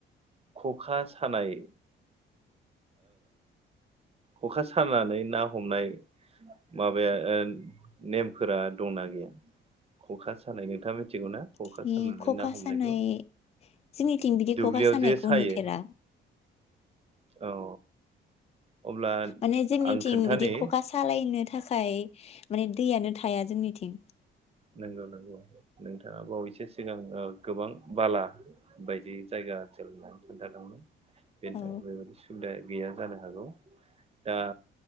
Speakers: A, on the right; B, on the left.
A: खखा सानाय ओ हखा सानानै ना हमनाय माबाया ओ नेमफोरा दंना गैया खखा सानाय नोंथाङा मिथिगौना खखा
B: बिदि
A: सानानै
B: खखा
A: ना हमनायखौ
B: सानाय जोंनिथिं बिदि
A: दुब्लियाव
B: खखा सानायखौ
A: जे सायो।
B: नुफेरा
A: औ अब्ला
B: माने जोंनिथिं
A: आं खोन्थानि
B: बिदि खखा सालायनो थाखाय माने दैयानो थाया जोंनिथिं
A: नंगौ नंगौ नोंथाङा बावैसो सिगां गोबां बाला बायदि जायगासो लानानै खोन्थादोंमोन। बेनि
B: औ
A: थाखाय बेबायदि सुदाय गैया जानो हागौ दा